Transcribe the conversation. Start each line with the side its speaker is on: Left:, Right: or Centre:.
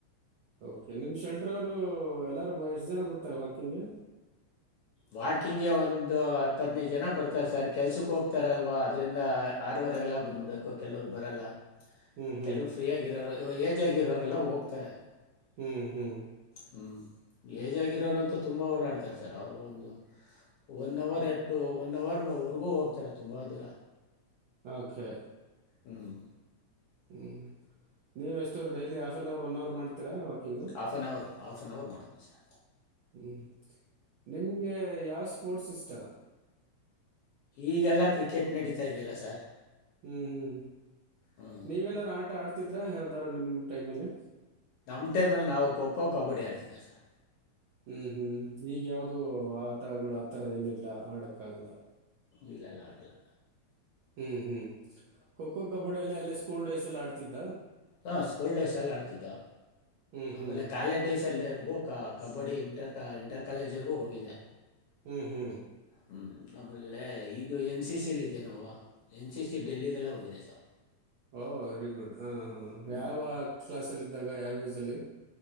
Right: ಓಕೆ ನಿಮ್ಮ ಶಂಟ್ರವರು ಎಲ್ಲರೂ ಎಷ್ಟು ಜನ ಗತ್ತಾರೆ ವಾಕಿಂಗಗೆ
Left: ವಾಕಿಂಗ್ಗೆ ಒಂದು ಹತ್ತು ಹದಿನೈದು ಜನ ಬರ್ತಾರೆ ಸರ್ ಕೆಲ್ಸಕ್ಕೆ ಹೋಗ್ತಾರಲ್ವಾ ಅದ್ರಂದ ಆರೋಗ ಅವರಾಗಲ್ಲ ಬಂದ್ಬಿಡಕೋ ಕೆಲವ್ರು ಬರಲ್ಲ
Right: ಹ್ಞೂ ಹ್ಞೂ
Left: ಕೆಲವು ಫ್ರೀಯಗರೋರು ಏಜ್ ಆಗಿರೋರೆಲ್ಲ ಹೋಗ್ತಾರೆ
Right: ಹ್ಮ್ ಹ್ಮ್
Left: ಹ್ಞೂ ಏಜ್ ಆಗಿರೋರುಂತೂ ತುಂಬ ಓಡಾಡ್ತಾರೆ ಸರ್ ಅವ್ರು ಒಂದು ದು ಒನ್ ಅವರ್ ಎರಟು ಒನ್ ಅವರ್ ಮೇವರ್ಗೂ ಹೋಗ್ತಾರೆ ತುಂಬ ದೂರ
Right: ಓಕೆ
Left: ಹ್ಮ್
Right: ಹ್ಮ್ ನೀ್ ಎಷ್ಟೋ್ daily half an hour one hour ಮಾಡ್ತೀರಾ walking
Left: half an hour half an hour ಮಾಡ್ತೀನಿ ಸರ್
Right: ಹ್ಞೂ ನಿಮಗೆ ಯಾವ ಸ್ಪೋರ್ಟ್ಸ್ ಇಷ್ಟ
Left: ಈಗೆಲ್ಲ ಕ್ರಿಕೆಟ್ ನಡೀತಾ ಇದೆಯಲ್ಲ ಸರ್
Right: ಹ್ಞೂ ಹ್ಞೂ
Left: ಹ್ಞೂ
Right: ನೀವೇನಾರ್ೂ ಆಟ ಆಡ್ತಿದ್ರಾ ಯ್ದಾರ ನಿಮ್ಮ ಟೈಮಲ್ಲಿ
Left: ನಮ್ಮ ಟೈಮಲ್ಲಿ ನಾವು ಖೋ ಖೋ ಕಬಡ್ಡಿ ಆಡ್ತಿದ್ದ ಸರ್
Right: ಹ್ಮ್ ಹ್ಮ್ ಈಗ ಯಾವ್ದೋ ಆಟಗಳು ಆತರ ಏನಿಲ್ಲ ಆಡಕ್ಕ ಆಾಗಲ್ಲ
Left: ಇಲ್ಲಲ್ಲ ಆಗಲ್ಲ
Right: ಹ್ಮ್ ಹ್ಮ್ ಖೋ ಖೋ ಕಬಡ್ಡಿಿಯ ಎಲ್ಲ ಅಲ್ಲ ಸ್ಕೂಲ್ ಡೇಸ್ ಎಲ್ಲ ಆಡ್ತಿದ್ದ
Left: ಹಾಂ ಸ್ಕೂಲ್ ಡ್ರೆಸ್ ಎಲ್ಲ ಆಡ್ತಿದ್ದ
Right: ಹ್ಮ್
Left: ಆಮೇಲೆ
Right: ಹ್ಮ್
Left: ಕಾಲೇಜ್ ಸಲ್ಲಿಿಯವರೆಗೂ ಕ ಕಬಡ್ಡಿ ಇಂಟರ್ ಕ ಇಂಟರ್ ಕಾಲೇಜವರೆಗೂ ಹೋಗಿದೆ
Right: ಹ್ಮ್ ಹ್ಮ್
Left: ಹ್ಞ ಆಮೇಲೆ ಇದು ಎನ್ ಸಿ ಸಿಯಲ್ಲಿದೆ ನಾವು ಎನ್ ಸಿ ಸಿ ಡೆಲ್ಲಿದೆಲ್ಲ ಹೋಗಿದೆೆ ಸರ್
Right: ಓಹ ವೆರಿ ಗುಡ್ ಹಾ ಹಾಂ
Left: ಹ್ಞೂ
Right: ಯಾವ ಕ್ಲಾಸಲ್ಲಿ ಇದಿದ್ದಾಗ ಯಾವ ಏಜಲ್ಲಿ